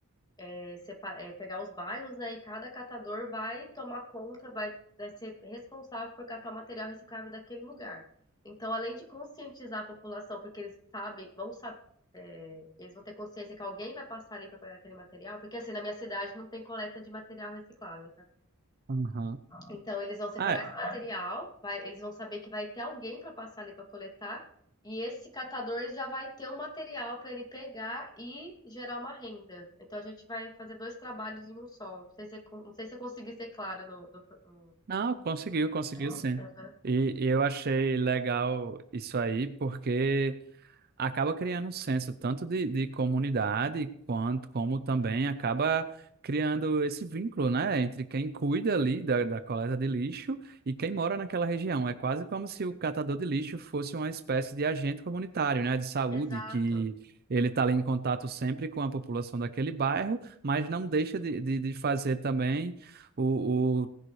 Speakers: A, on the left; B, on the right.
A: é, sepa- é, pegar os bairros, né? E cada catador vai tomar conta, vai, vai ser responsável por catar o material reciclável daquele lugar. Então, além de conscientizar a população, porque eles sabem, vão saber, é, eles vão ter consciência que alguém vai passar ali para pegar aquele material, porque assim, na minha cidade não tem coleta de material reciclável, tá?
B: Aham.
A: Então, eles vão separar
B: Ah, é.
A: esse material, vai- eles vão saber que vai ter alguém para passar ali para coletar, e esse catador já vai ter um material para ele pegar e gerar uma renda. Então, a gente vai fazer dois trabalhos em um só. Não sei se eu, con- não sei se eu consegui ser claro no, no- no-
B: não, conseguiu, conseguiu sim.
A: Aham.
B: E, e eu achei legal isso aí, porque acaba criando um senso tanto de, de comunidade quanto como também acaba criando esse vínculo, né, entre quem cuida ali da, da coleta de lixo e quem mora naquela região. É quase como se o catador de lixo fosse uma espécie de agente comunitário, né, de saúde
A: Exato,
B: que ele está ali em contato sempre com a população daquele bairro, mas não deixa de, de, de fazer também o o-